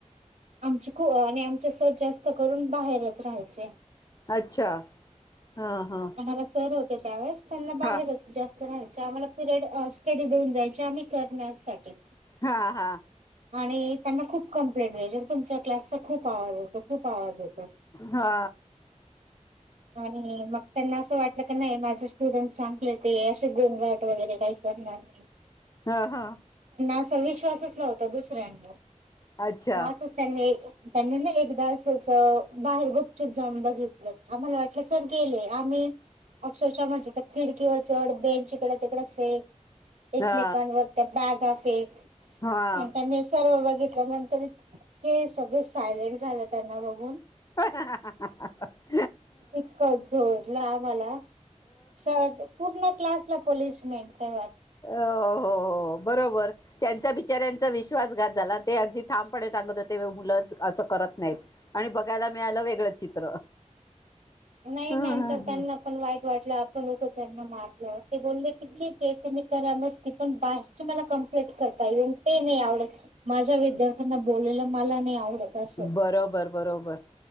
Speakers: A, on the right; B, on the left.
A: आमचे खू आणि आमचे सर जास्त करून बाहेरच राहायचे.
B: अच्छा. हा हा
A: आम्हाला सर होते त्यावेळेस त्यांना बाहेरच
B: हा
A: जास्त य आम्हाला पिरयड स्टडी देऊन जायचे आम्ही करण्यासाठी.
B: हा हा.
A: आणि त्यांना खूप कंप्लेंट द्यायच्या तुमच्या क्लासचा खूप आवाज येतो खूप आवाज येतो.
B: हा.
A: आणि मग त्यांना असं वाटलं की नाही माझे स्टुडंट चांगले ते असे गोमघट वगैरे काही ना <inaudible>
B: हा हा.
A: असा विश्वासच नवता दुसऱ्यांना
B: अच्छा
A: म असच त्यानी त्यांनी ना एकदा असच बाहेरगुपचुप जाउन बघेतलं. आम्हाला वाटलं सर गेले आम्ही अक्षरशः म्हणे खिडकीवर चढ बेंच इकडडे तिकड फे क एकमेकांवर
B: हा
A: त्या बागा फेक
B: हा
A: त्यांनी सर्व घेतल्यानंतर इतके सगळे सायलेंट झाले त्यांना बघून,.
B: <unintelligible>
A: इतकं झोडलं आम्हाला शाळेत पूर्ण क्लास ला पनिशमेंट ते
B: अ हो हो बरोबर त्यांच्या बिचाऱ्यांचा विश्वासघात झाला ते अगदी ठामपणे सांगत होते मुलं असं करत नाहीत आणि बघायला मिळालं वेगळंच चित्र
A: नाही
B: ह
A: नंतर त्यांना पण वाईट वाटलं आपण उगाच यांना मारल ते बोलले की ठीक आहे तुम्ही करा मस्ती पण बाहेरची मला कॉम्प्लेन करतात येऊन ते नाही आवडत माझ्या विद्यार्थ्यांना बोललेला मला नाही आवडत. असं
B: बरोबर बरोबर